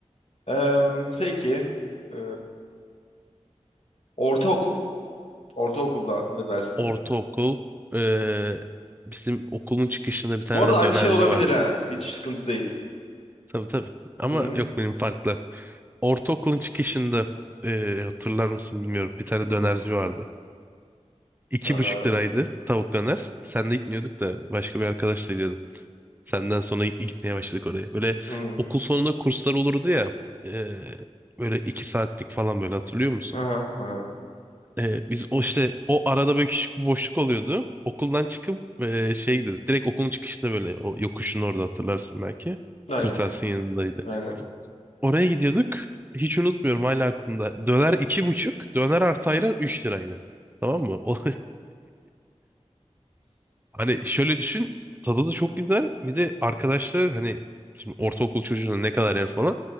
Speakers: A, on the left; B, on the right.
A: Ee, peki. ee, ortaokul. Ortaokulda ne dersin?
B: Ortaokul. eee, bizim okulun çıkışında bir tane
A: Bu arada aynı
B: dönerci
A: şey olabilir
B: vardı.
A: ha. Hiç sıkıntı değil.
B: Tabii tabii. Ama
A: Hı hı.
B: yok benim farklı. Ortaokulun çıkışında eee, hatırlar mısın bilmiyorum. Bir tane
A: Hı hı.
B: dönerci vardı. İki
A: Ee, hı
B: buçuk liraydı tavuk döner. Sen de gitmiyorduk da başka bir arkadaşla Senden sonra gitmeye başladık oraya. Böyle
A: hı.
B: okul sonunda kurslar olurdu ya. e, böyle iki saatlik falan böyle hatırlıyor musun?
A: Hı hı.
B: E, biz o işte o arada böyle küçük bir boşluk oluyordu. Okuldan çıkıp e, şey gidiyorduk. Direkt okulun çıkışında böyle o yokuşun orada hatırlarsın belki.
A: Aynen.
B: Kırtasiyenin yanındaydı.
A: Aynen.
B: Oraya gidiyorduk. Hiç unutmuyorum hala aklımda. Döner iki buçuk. Döner artı ayran üç liraydı. Tamam mı? O, Hani şöyle düşün. Tadı da çok güzel. Bir de arkadaşlar hani şimdi ortaokul çocuğuna ne kadar yer falan.